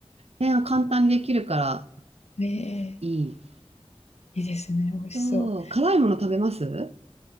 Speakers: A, on the right; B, on the left.
A: ね、簡単にできるから
B: ええええ。
A: いい。
B: いいですね、美味しそう。
A: そう、辛いもの食べます